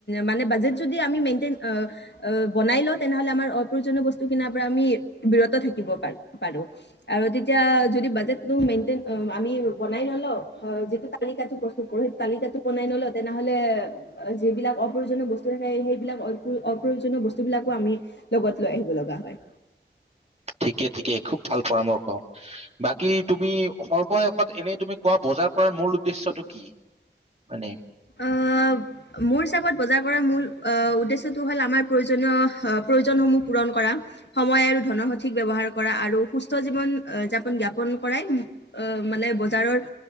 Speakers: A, on the left; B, on the right.
A: মানে বাজেট যদি আমি মেইনটেইন, অ'হ বনাই লওঁ, তেনেহলে আমাৰ অপ্ৰয়োজনীয় বস্তু কিনাৰ পৰা আমি বিৰত থাকিব পাৰি। পাৰোঁ। আৰু তেতিয়া, যদি বাজেটতো মেইনটেইন অ'হ আমি বনাই নলওঁ, যিটো তালিকাতো প্ৰস্তুত তালিকাটো বনাই নলওঁ, তেতিয়া নহ'লে যিবিলাক অপ্ৰয়োজনীয় বস্তু থাকে, সেইবিলাক অপ্ৰয়োজনীয় বস্তু বিলাকোঁ আমি লগত লৈ আহিব লগা হয়।
B: ঠিকে ঠিকে খুব ভাল পৰামৰ্শ। বাকী তুমি সৰ্বশেষত এনেই তুমি কোৱা বজাৰ কৰাৰ মূল উদ্দেশ্যটো কি মানে?
A: আহ মোৰ হিচাপত বজাৰ কৰাৰ মূল অ'হ উদ্দেশ্যয়টো হ'ল আমাৰ প্ৰয়োজনীয়, প্ৰয়োজনসমূহ পূৰণ কৰা। সময় আৰু ধনৰ সঠিক ব্যৱহাৰ কৰা, আৰু সুস্থ জীৱন যাপন, যাপন কৰাই অ'হ মানে বজাৰৰ